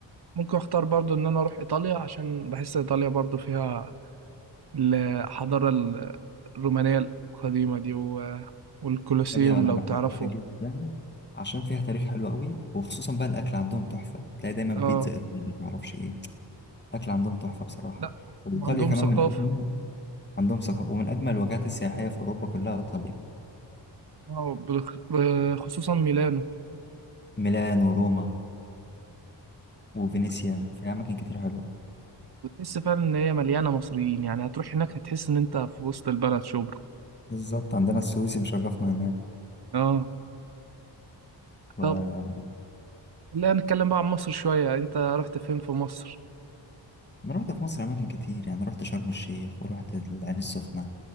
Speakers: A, on the right (about 60°); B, on the left (about 25°).
A: ممكن اختار برضه ان انا اروح ايطاليا عشان بحس ايطاليا برضه فيها الحضارة ال- الرومانية القديمة دي و... والكولوسيوم
B: ايطاليا انا
A: لو
B: بحبها
A: تعرفه
B: جدا عشان فيها تاريخ حلو قوي وخصوصا بقى الاكل عندهم تحفة تلاقي دايما بيتزا
A: اه
B: ايطالي معرفش ايه الاكل عندهم تحفة بصراحة
A: لا
B: وايطاليا
A: عندهم
B: كمان
A: ثقافة
B: من اجمل عندهم ثقافة ومن اجمل الوجهات السياحية في اوروبا كلها ايطاليا
A: اه بخ- بخصوصا ميلانو
B: ميلان وروما وفينيسيا
A: ايوه
B: في اماكن كتير حلوة
A: وتحس فعلا ان هي مليانه مصريين يعني هتروح هناك هتحس ان انت في وسط البلد شبرا
B: بالظبط عندنا السويسي مشرفنا هناك
A: اه
B: و...
A: طب لا نتكلم بقى عن مصر شويه انت رحت فين في مصر
B: انا رحت في مصر اماكن كتير يعني رحت شرم الشيخ ورحت العين السخنة